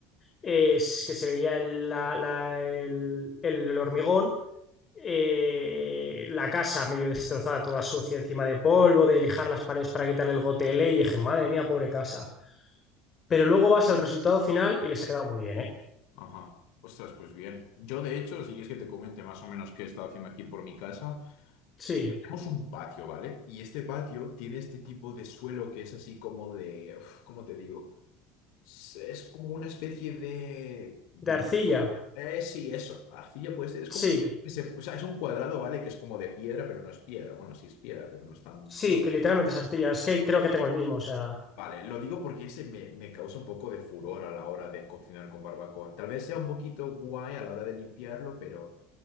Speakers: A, on the left; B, on the left.
A: es que se veía el, la- la- el- el hormigón, eh, la casa medio destrozada, toda sucia encima de polvo, de lijar las paredes para quitarle el gotele y dije, madre mía, pobre casa. Pero luego vas al resultado final y les ha quedado muy bien, ¿eh?
B: Ajá. Ostras, pues bien. Yo, de hecho, si quieres que te comente más o menos qué he estado haciendo aquí por mi casa.
A: Sí.
B: Eh, Tenemos un patio, ¿vale? Y este patio tiene este tipo de suelo que es así como de, uf, ¿cómo te digo? Es es como una especie de...
A: De arcilla,
B: Eh, sí, eso, arcilla puede ser, es
A: sí.
B: como... ese- o sea, es un cuadrado, ¿vale? Que es como de piedra, pero no es piedra. Bueno, sí es piedra, pero no es tan piedra.
A: Sí, que literalmente es arcilla. Es que creo que tengo el mismo, o sea,
B: Vale, lo digo porque ese me, me causa un poco de furor a la hora de cocinar con barbacoa. Tal vez sea un poquito guay a la hora de limpiarlo, pero